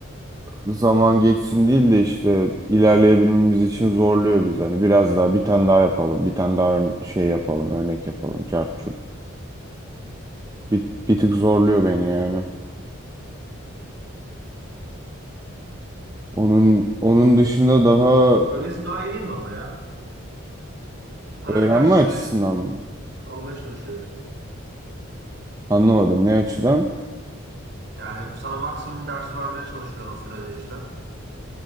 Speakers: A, on the right; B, on the right.
A: zaman geçsin değil de işte ilerleyebilmemiz için zorluyor biz. Hani biraz daha bir tane daha yapalım. Bir tane daha ör- şey yapalım. Örnek yapalım. Cart curt. Bir, bir tık zorluyor beni yani. Onun onun dışında daha
B: Öylesi daha iyi değil mi ama ya? Paranın
A: öğrenme
B: karşılığını
A: açısından
B: verip
A: mı?
B: almaya çalışıyor.
A: Anlamadım ne açıdan?
B: Yani sana maksimum dersi vermeye çalışıyor o sürede işte.